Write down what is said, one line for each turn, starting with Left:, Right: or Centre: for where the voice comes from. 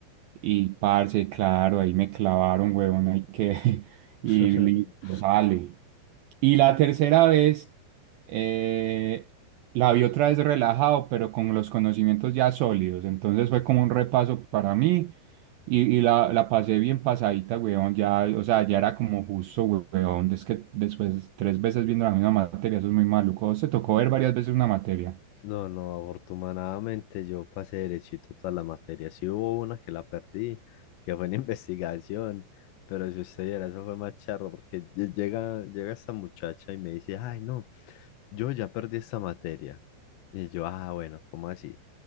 Right: Y parce, claro, ahí me clavaron, huevón, hay que. <laughs>
Left: <laughs>
Right: Y listo, sale. Y la tercera vez, eh, la vi otra vez relajado, pero con los conocimientos ya sólidos. Entonces fue como un repaso para mí. Y, y la, la pasé bien pasadita, huevón. Ya, o sea, ya era como justo, huevón. Es que después, tres veces viendo la misma materia, eso es muy maluco. ¿A vos ¿Te tocó ver varias veces una materia?
Left: No, no, afortunadamente yo pasé derechito todas las materias. Sí hubo una que la perdí, que fue en <laughs> investigación, pero si usted viera, eso fue más charro, porque lle- llega, llega esta muchacha y me dice, ay, no, yo ya perdí esta materia. Y yo, ah, bueno, ¿cómo así?